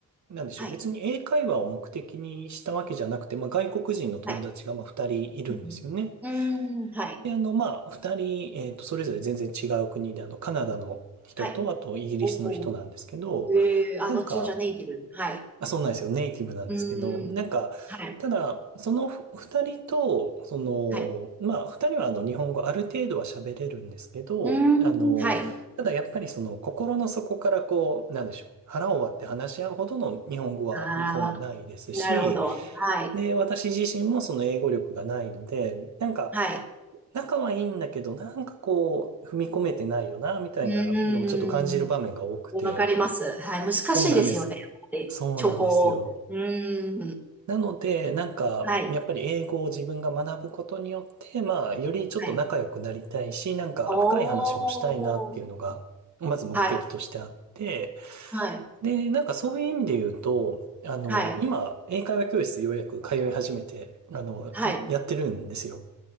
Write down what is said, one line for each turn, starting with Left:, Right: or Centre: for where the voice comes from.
Right: なんでしょう、
Centre: はい。
Right: 別に英会話を目的にしたわけじゃなくて、まあ、外国人の友達が、
Centre: はい。
Right: まあ、二人いるんですよね。
Centre: うん。うーん。はい。
Right: で、あの、まあ、二人、えっと、それぞれ全然違う国で、あの、カナダの人と、
Centre: はい。
Right: あと、イギリスの人なんですけど、
Centre: おお。ええあ、
Right: なんか、
Centre: どっちもじゃあネイティブ。はい。
Right: まあ、そうなんですよ。ネイティブなんですけど、
Centre: うーん。
Right: なんか、
Centre: はい。
Right: ただ、そのふ二人と、その、
Centre: はい。
Right: まあ、二人はあの、日本語ある程度は喋れるんですけど、
Centre: うーん。
Right: あの、
Centre: はい。
Right: ただやっぱりその、心の底からこう、なんでしょう。腹を割って話し合うほどの日本語は向こうもないですし、
Centre: ああ、わなるほど。はい。
Right: で、私自身もその英語力がないので、なんか、
Centre: はい。
Right: 仲はいいんだけど、なんかこう、踏み込めてないよな、みたいなのをちょっと感じる場面が多くて、
Centre: うーん。わかります。はい。難しいですよね。
Right: そうなんです。
Centre: で、
Right: そうなんですよ。
Centre: チョコ。うーん。
Right: なので、なんか、
Centre: はい。
Right: やっぱり英語を自分が学ぶことによって、まあ、よりちょっと仲良くなりたいし、
Centre: はい。
Right: なんか深い話もしたいなっていうのが、
Centre: おー。
Right: まず目的としてあって、
Centre: はい。はい。
Right: で、なんかそういう意味で言うと、あの、
Centre: はい。
Right: 今、英会話教室ようやく通い始めて、あの、
Centre: はい。
Right: やってるんですよ。